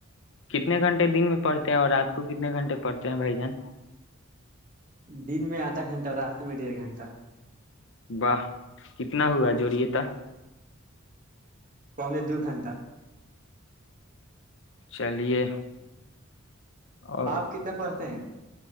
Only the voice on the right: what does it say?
دن میں آدھا گھنٹہ رات میں ڈیڑھ گھنٹہ
پرم دو گھنٹہ
آپ کتنا پڑھتے ہیں